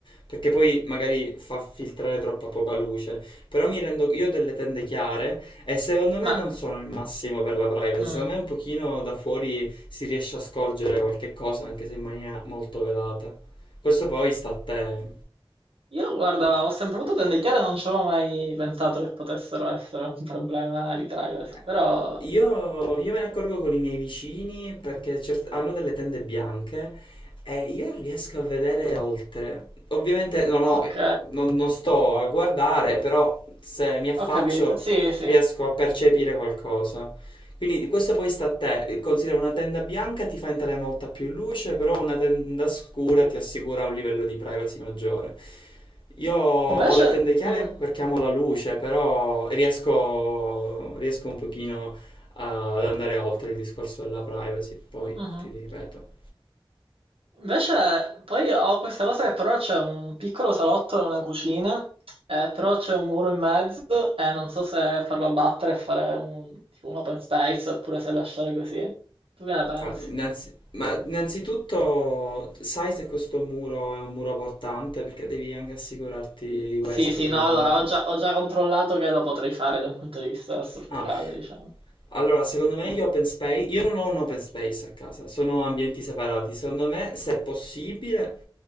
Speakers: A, on the left (about 60°); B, on the right (about 85°).
A: perché poi magari fa filtrare troppa poca luce. Però mi rendo, io ho delle tende chiare e secondo
B: Ma
A: me non sono il massimo per la privacy,
B: mm,
A: secondo me un pochino da fuori si riesce a scorgere qualche cosa, anche se in maniera molto velata. Questo poi sta a te.
B: Io, guarda, ho sempre avuto tende chiare, non ci avevo mai pensato che potessero essere un problema di privacy,
A: Eh,
B: però
A: Io, io me ne accorgo con i miei vicini perché cert- hanno delle tende bianche e io riesco a vedere oltre. Ovviamente no, no,
B: ok,
A: non, non sto a guardare, però se mi affaccio
B: ho capito. Sì, sì.
A: riesco a percepire qualcosa. Quindi questo poi sta a te, considera una tenda bianca ti fa entrare molta più luce, però una tenda scura ti assicura un livello di privacy maggiore. Io ho
B: Invece,
A: le tende chiare
B: mm,
A: perché amo la luce, però riesco, riesco un pochino a- ad andare oltre il discorso della privacy, poi
B: mhm.
A: ti ripeto.
B: Invece, poi ho questa cosa che però c'è un piccolo salotto e una cucina, eh, però c'è un muro in mezzo e non so se farlo abbattere e fare un, tipo un open space oppure se lasciare così. Tu che ne pensi?
A: Ah, innanzi- ma innanzitutto sai se questo muro è un muro portante, perché devi anche assicurarti di
B: Sì,
A: questo,
B: sì,
A: ovviamente.
B: no, allora ho già, ho già controllato che lo potrei fare da un punto di vista strutturale,
A: Ah,
B: diciamo.
A: Allora, secondo me gli open space, io non ho un open space a casa, sono ambienti separati. Secondo me, se è possibile,